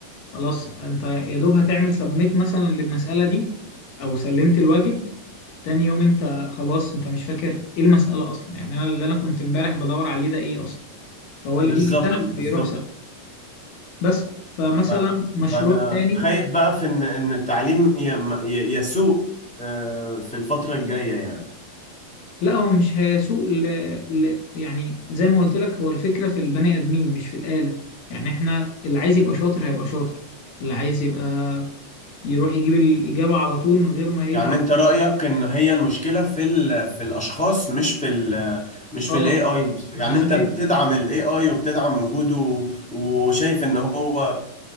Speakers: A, on the left (about 75°); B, in the centre.
A: خلاص انت يا دوب هتعمل سبميت مثلا للمسألة دي او سلمت الواجب تاني يوم انت خلاص انت مش فاكر ايه المسألة اصلا يعني انا اللي انا كنت امبارح بدور عليه ده ايه اصلا فهو اللي
B: بالظبط
A: بيجي سهل بيروح
B: بالظبط
A: سهل بس فمثلا
B: لا.
A: مشروع
B: انا
A: تاني
B: خايف بقى في ان ان التعليم ي- م- ي- يسوء آه، في الفترة الجاية يعني
A: لا هو مش هيسوق ل... ل... يعني زي ما قلت لك هو الفكرة في البني ادمين مش في الآلة يعني احنا اللي عايز يبقى شاطر هيبقى شاطر اللي عايز يبقى يروح يجيب الإجابة على طول من غير ما يتعب
B: يعني انت رأيك ان هي المشكلة في ال في الاشخاص مش في ال مش في
A: اه
B: الاي اي نفسه يعني
A: انا شايف
B: انت بتدعم الاي اي وبتدعم وجوده وشايف ان هو